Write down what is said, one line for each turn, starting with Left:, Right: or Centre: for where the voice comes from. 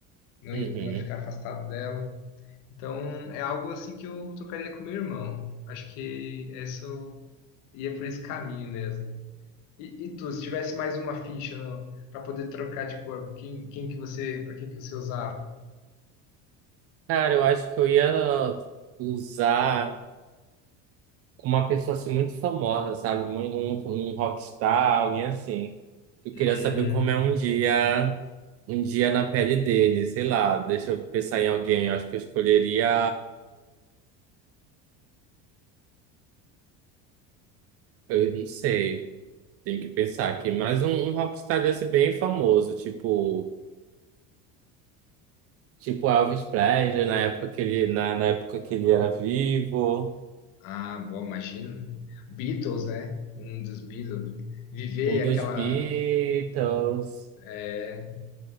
Left: Não
Right: Uhum.
Left: ia, não ficar afastado dela. Então é algo assim que eu tocaria com meu irmão. Acho que isso ia por esse caminho mesmo. E, e tu, se tivesse mais uma ficha para poder trocar de corpo, quem, quem que você, para quem que você usava?
Right: Cara, eu acho que eu ia usar. uma pessoa assim muito famosa, sabe? Um, um, um rockstar, alguém assim. Eu
Left: Hum,
Right: queria saber como é um dia, um dia na pele dele, sei lá, deixa eu pensar em alguém, eu acho que eu escolheria, eu não sei, tenho que pensar aqui, mas um, um rockstar desse bem famoso, tipo, tipo Elvis Presley, na época que ele, na, na época que ele era vivo,
Left: ah, bom, imagina. Beatles, né? Um dos Beatles. Viver
Right: um
Left: aquela
Right: dos Beatles.
Left: É,